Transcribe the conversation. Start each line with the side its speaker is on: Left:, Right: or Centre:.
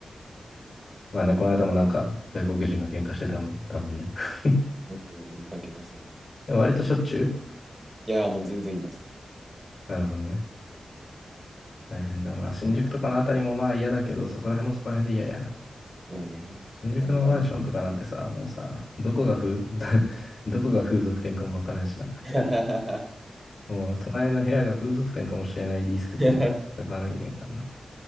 Left: まあね、この間もなんか外国人が喧嘩してたもん、だもんね。<laughs>
Right: うんうん、いっぱい喧嘩してます。
Left: でも割としょっちゅう
Right: いやー、もう全然います。
Left: なるほどね。大変だ。まあ新宿とかのあたりもまあ嫌だけど、そこら辺もそこら辺で嫌やな。
Right: そうね。
Left: 新宿のマンションとかなんてさ、
Right: まあ、日本。
Left: もうさ、どこが風、<laughs> どこが風俗店かもわからんしな。
Right: <laughs>
Left: もう隣の部屋が風俗店かもしれないリスクとね、
Right: いやー、
Left: 戦わなきゃいけないからな。